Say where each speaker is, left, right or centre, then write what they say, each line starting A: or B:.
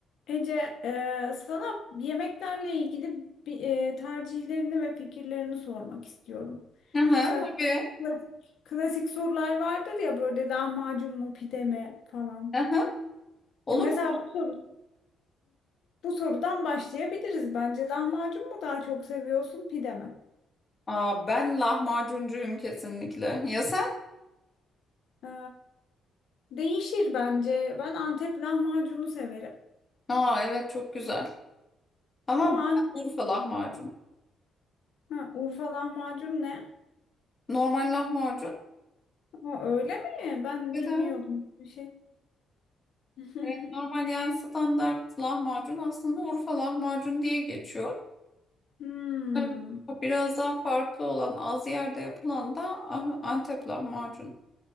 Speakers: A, on the left; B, on the left.
A: Ece, e, sana yemeklerle ilgili bir, e, tercihlerini ve fikirlerini sormak istiyorum.
B: Aha,
A: Mesela
B: tabii.
A: klasik, klasik sorular vardır ya böyle lahmacun mu pide mi falan.
B: Aha. Olur
A: E, Mesela
B: mu?
A: bu soru bu sorudan başlayabiliriz bence. Lahmacun mu daha çok seviyorsun pide mi?
B: Aa, ben lahmacuncuyum kesinlikle. Ya sen?
A: E, değişir bence. Ben Antep lahmacunu severim.
B: Aa, evet çok güzel. Ama
A: Ama An-
B: ben Urfa lahmacun.
A: ha, Urfa lahmacun ne?
B: Normal lahmacun.
A: Ama öyle mi? Ben
B: Evet
A: bilmiyordum
B: evet.
A: bir şey. <laughs>
B: Evet, normal yani standart lahmacun aslında Urfa lahmacun diye geçiyor.
A: Hmm,
B: Evet, Biraz daha farklı olan az yerde yapılan da Ah- Antep lahmacun.